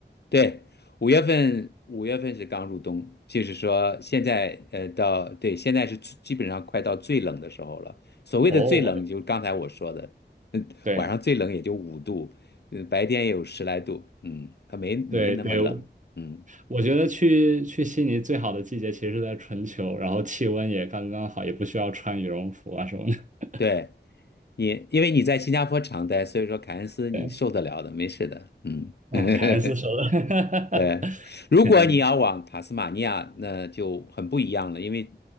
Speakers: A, on the left (about 65°); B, on the right (about 45°).
A: 对，五月份五月份是刚入冬，就是说现在呃到对，现在是最基本上快到最冷的时候了。所谓的最冷，
B: 哦，我的
A: 就刚才我说的，嗯，
B: 对
A: 晚上最冷也就五度，嗯，白天也有十来度，嗯，它没没那么冷，
B: 对对，
A: 嗯，
B: 我觉得去去悉尼最好的季节其实是在春秋，然后气温也刚刚好，也不需要穿羽绒服啊什么的。
A: 对你，因为你在新加坡常待，所以说凯恩斯你受得了的，
B: 对，
A: 没事的，嗯。
B: 啊，
A: <laughs>
B: 凯恩斯说的，
A: 对，
B: <laughs>
A: 如果你要往塔斯马尼亚，
B: 肯定。
A: 那就很不一样了，因为